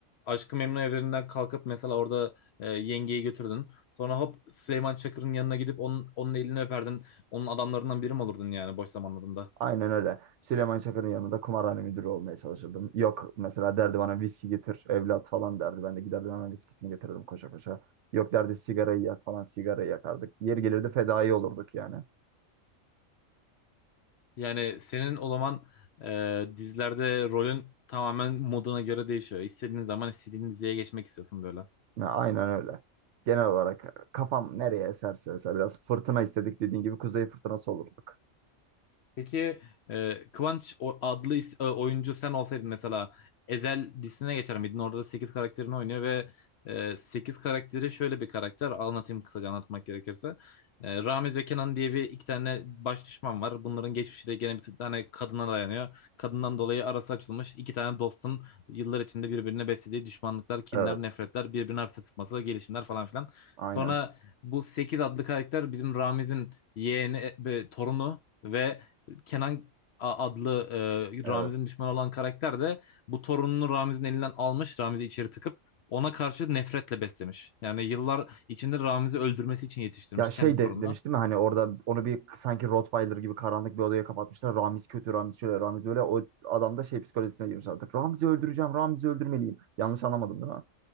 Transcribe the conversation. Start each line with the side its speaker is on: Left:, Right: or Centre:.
Left: Aşk-ı Memnu evreninden kalkıp mesela orada e, yengeyi götürdün. Sonra hop Süleyman Çakır'ın yanına gidip onun, onun elini öperdin. Onun adamlarından biri mi olurdun yani boş zamanlarında?
Right: Aynen öyle. Süleyman Çakır'ın yanında kumarhane müdürü olmaya çalışırdım. Yok mesela derdi bana viski getir evlat falan derdi. Ben de giderdim hemen viskisini getirirdim koşa koşa. Yok derdi sigarayı yak falan sigarayı yakardık. Yeri gelirdi fedai olurduk yani.
Left: Yani senin o zaman e, dizilerde rolün tamamen moduna göre değişiyor. İstediğin zaman istediğin diziye geçmek istiyorsun böyle.
Right: Ha, Aynen öyle. Genel olarak kafam nereye eserse mesela biraz fırtına istedik dediğin gibi kuzey fırtınası olurduk.
Left: Peki e, Kıvanç o- adlı is- e, oyuncu sen olsaydın mesela Ezel dizisine geçer miydin? Orada da 8 karakterini oynuyor ve e, 8 karakteri şöyle bir karakter. Anlatayım kısaca anlatmak gerekirse. E, Ramiz ve Kenan diye bir iki tane baş düşman var. Bunların geçmişi de gene bir tane kadına dayanıyor. Kadından dolayı arası açılmış iki tane dostun yıllar içinde birbirine beslediği düşmanlıklar, kinler,
Right: Evet.
Left: nefretler, birbirini hapse tıkması, gelişimler falan filan.
Right: Aynen.
Left: Sonra bu 8 adlı karakter bizim Ramiz'in yeğeni, e, torunu ve Kenan adlı e,
Right: Evet.
Left: Ramiz'in düşmanı olan karakter de bu torununu Ramiz'in elinden almış. Ramiz'i içeri tıkıp ona karşı nefretle beslemiş. Yani yıllar içinde Ramiz'i öldürmesi için yetiştirmiş
Right: Ya şey
Left: kendi torununa.
Right: de, demiş değil mi hani orada onu bir sanki Rottweiler gibi karanlık bir odaya kapatmışlar. Ramiz kötü, Ramiz şöyle, Ramiz böyle. O adam da şey psikolojisine girmiş artık. Ramiz'i öldüreceğim, Ramiz'i öldürmeliyim. Yanlış anlamadım değil mi?